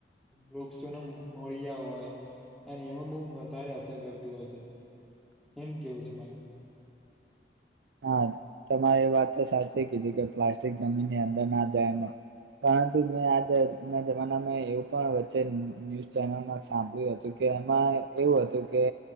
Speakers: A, in the centre; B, on the right.
A: વૃક્ષોને મળ્યા હોય. અને એમાં બઉ વધારે અસર કરતી હોય છે. એમ કેવું છે મારું.
B: હા, તમારે એ વાત તો સાચી કીધી કે પ્લાસ્ટિક જમીનની અંદર ના જાયને પરંતુ મેં આજ ના જમાનામાં એવું પણ વચ્ચે ન્યૂઝ ચેનલમાં સાંભળ્યું હતું કે એમાં એવું હતું કે,